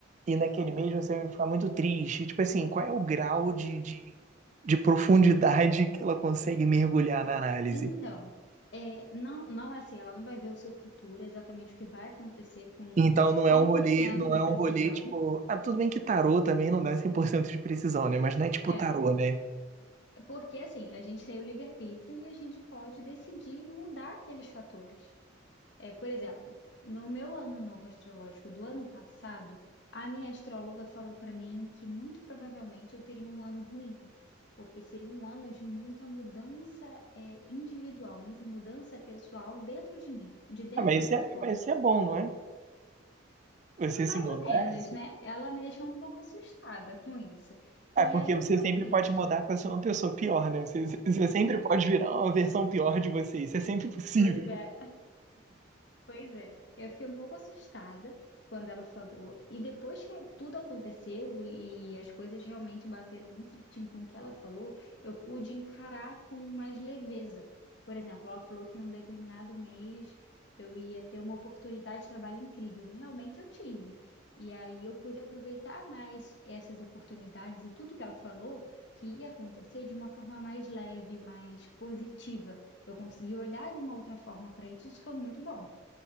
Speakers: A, on the right; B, on the left.
A: e naquele mês você vai ficar muito triste, tipo assim, qual é o grau de, de, de profundidade <laughs> que ela consegue mergulhar na análise?
B: Então, é, não, não é assim, ela não vai ver o seu futuro, exatamente o que vai acontecer com
A: Então não
B: 100%
A: é um rolê, não
B: de
A: é
B: precisão.
A: um rolê tipo, ah, tudo bem que tarô também não dá 100% de precisão, né? Mas não é tipo
B: É,
A: tarô, né?
B: é porque assim, a gente tem o livre-arbítrio e a gente pode decidir mudar aqueles fatores. É, por exemplo, no meu ano novo astrológico do ano passado, a minha astróloga falou para mim que muito provavelmente eu teria um ano ruim, porque seria um ano de muita mudança, é, individual, muita mudança pessoal dentro de mim, de dentro
A: Ah, mas isso
B: para
A: é,
B: fora.
A: mas isso é bom, não é? Você se
B: Mais
A: mudar,
B: ou menos,
A: assim.
B: né? Ela me deixou um pouco assustada com isso.
A: Ah,
B: E
A: porque
B: aí
A: você
B: o que
A: sempre
B: eu fiz?
A: pode mudar para ser uma pessoa pior, né? Você, você sempre pode virar uma versão pior de você, isso é sempre possível.
B: Pois é, Pois é, eu fiquei um pouco assustada quando ela falou, e depois que tudo aconteceu e as coisas realmente bateram muito certinho com o que ela falou, eu pude encarar com mais leveza. Por exemplo, ela falou que em um determinado mês eu ia ter uma oportunidade de trabalho incrível, realmente eu tive. E aí eu pude aproveitar mais essas oportunidades e tudo que ela falou que ia acontecer de uma forma mais leve, mais positiva. Eu consegui olhar de uma outra forma para isso, isso foi muito bom.